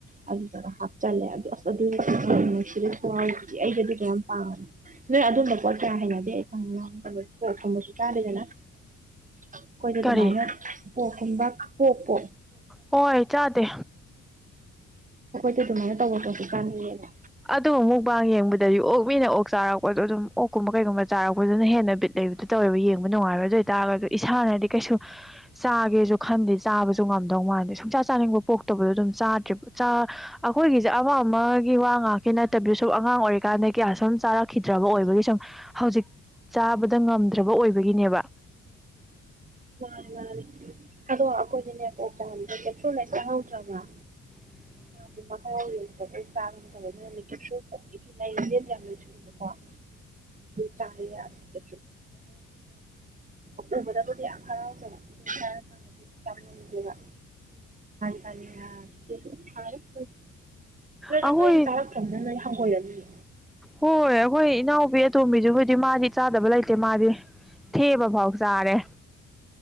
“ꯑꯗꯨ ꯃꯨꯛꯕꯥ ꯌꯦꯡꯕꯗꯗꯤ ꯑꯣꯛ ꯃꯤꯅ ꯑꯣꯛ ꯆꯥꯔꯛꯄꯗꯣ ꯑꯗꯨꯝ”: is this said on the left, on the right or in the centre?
Centre